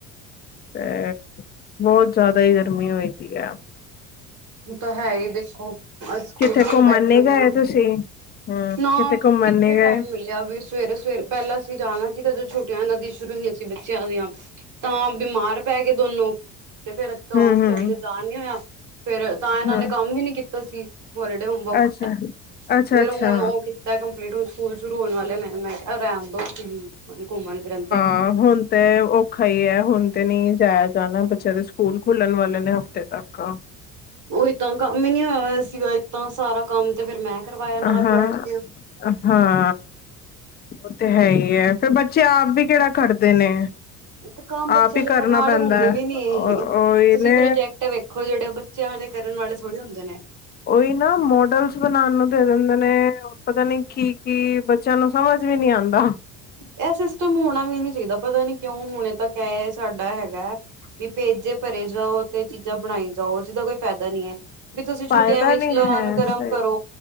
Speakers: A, on the left; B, on the right.
A: ਤੇ ਬਹੁਤ ਜ਼ਿਆਦਾ ਹੀ ਗਰਮੀ ਹੋ ਪਈ ਹੈ।
B: ਉਹ ਤਾਂ ਹੈ ਹੀ ਦੇਖੋ ਆ ਸਕੂਲ
A: ਕਿੱਥੇ ਘੁੰਮਣ
B: ਵੈਕਿਊਮ
A: ਨੀ ਗਏ
B: ਨਾ
A: ਤੁਸੀਂ ਹਮ
B: ਨਾ
A: ਕਿਤੇ ਘੁੰਮਣ
B: ਕਿੱਥੇ
A: ਨੀ ਗਏ
B: ਟਾਈਮ ਮਿਲ ਵੀ ਸਵੇਰੇ ਸਵੇਰੇ ਪਹਿਲਾਂ ਅਸੀਂ ਜਾਣਾ ਸੀਗਾ ਜਦੋਂ ਛੁੱਟੀਆਂ ਇਹਨਾਂ ਦੀਆਂ ਸ਼ੁਰੂ ਹੋਈਆਂ ਸੀ ਬੱਚਿਆਂ ਦੀਆਂ ਤਾਂ ਬਿਮਾਰ ਪੈ ਗਏ ਦੋਨੋ ਤੇ ਫਿਰ ਤਾਂ
A: ਹਮ
B: ਉਸ
A: ਹਮ
B: ਟਾਈਮ ਤੇ ਦਾ ਨਹੀਂ ਹੋਇਆ ਫਿਰ ਤਾਂ ਇਹਨਾਂ
A: ਹਾਂ
B: ਨੇ ਕੰਮ ਵੀ ਨੀ ਕੀਤਾ ਸੀ ਹੋਲੀਡੇ ਹੋਮਵਰਕ
A: ਅੱਛਾ ਅੱਛਾ
B: ਫੇਰ
A: ਅੱਛਾ
B: ਉਹ ਕੀਤਾ ਕੰਪਲੀਟ ਹੁਣ ਸਕੂਲ ਸ਼ੁਰੂ ਹੋਣ ਵਾਲੇ ਨੇ ਮੈਂ ਕਿਹਾ ਰਹਿਣ ਦੋ ਹੂ ਘੁੰਮਣ ਫਿਰਨ ਤੇ
A: ਹਾਂ ਹੁਣ ਤੇ ਔਖਾ ਹੀ ਹੈ ਹੁਣ ਤੇ ਨਹੀਂ ਜਾਇਆ ਜਾਣਾ ਬੱਚਿਆਂ ਦੇ ਸਕੂਲ ਖੁੱਲਣ ਵਾਲੇ ਨੇ ਹਫਤੇ ਤੱਕ ਆ
B: ਉਹ ਇ ਤਾਂ ਕੰਮ ਹੀ ਨੀ ਹੋਇਆ ਹੋਇਆ ਸੀਗਾ ਇੱਦਾਂ ਸਾਰਾ ਕੰਮ ਤੇ ਫਿਰ ਮੈਂ ਕਰਵਾਇਆ ਨਾਲ
A: ਹਾਂ
B: ਬੈਠ ਕੇ
A: ਹਾਂ ਉਹ ਤੇ ਹੈ ਹੀ ਹੈ ਫਿਰ ਬੱਚੇ ਆਪ ਵੀ ਕਿਹੜਾ ਕਰਦੇ ਨੇ
B: ਤੇ ਕੰਮ
A: ਆਪ
B: ਬੱਚਿਆਂ
A: ਹੀ ਕਰਨਾ
B: ਦੇ ਕਰਨ ਵਾਲੇ
A: ਪੈਂਦਾ
B: ਹੁੰਦੇ
A: ਹੈ।
B: ਵੀ ਨੀ
A: ਉਹੀ
B: ਇਹ ਤੁਸੀਂ
A: ਨੇ
B: ਪ੍ਰੋਜੈਕਟ ਵੇਖੋ ਜਿਹੜੇ ਬੱਚਿਆਂ ਕਰਨ ਵਾਲੇ ਥੋੜੀ ਹੁੰਦੇ ਨੇ
A: ਈ ਨਾ ਮੋਡਲ ਬਣਾਉਣ ਨੂੰ ਦੇ ਦਿੰਦੇ ਨੇ ਪਤਾ ਨੀ ਕੀ ਕੀ ਬੱਚਿਆਂ ਨੂੰ ਸਮਝ ਵੀ ਨੀ ਆਉਂਦਾ
B: ਇਹ ਸਿਸਟਮ ਹੋਣਾ ਵੀ ਨੀ ਚਾਹੀਦਾ ਪਤਾ ਨੀ ਕਿਉਂ ਹੁਣੇ ਤੱਕ ਹੈ ਸਾਡਾ ਹੈਗਾ ਵੀ ਭੇਜੇ ਭਰੇ ਜਾਓ ਤੇ ਚੀਜ਼ਾਂ ਬਣਾਈ ਜਾਓ ਜਿਦਾ ਕੋਈ ਫ਼ਾਇਦਾ ਨਹੀਂੀ ਹੈ ਵੀ ਤੁਸੀਂ ਛੁੱਟੀਆਂ
A: ਫਾਇਦਾ
B: ਵਿੱਚ
A: ਨਹੀਂ
B: ਲਰਨ
A: ਹੈ
B: ਕਰਮ
A: ਸਹੀ
B: ਕਰੋ